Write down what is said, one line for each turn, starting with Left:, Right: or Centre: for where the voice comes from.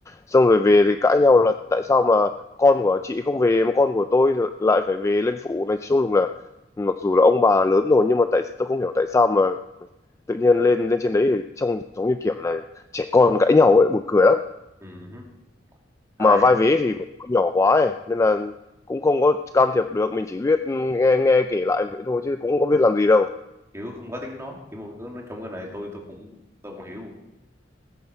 Left: xong rồi về thì cãi nhau là tại sao mà con của chị không về mà con của tôi thì lại phải về lên phụ này chung lúc là mặc dù là ông bà lớn rồi nhưng mà tại tôi không hiểu tại sao mà tự nhiên lên lên trên đấy thì trông giống như kiểu là trẻ con cãi nhau ấy buồn cười lắm
Right: ừ hứ. Thôi,
Left: mà vai vế thì cũng nhỏ quá ấy nên là cũng không có can thiệp được mình chỉ biết nghe nghe kể lại vậy thôi chứ cũng không biết làm gì đâu
Right: kiểu không có tiếng nói kiểu mọi người nói trong cái này tôi tôi cũng tôi cũng hiểu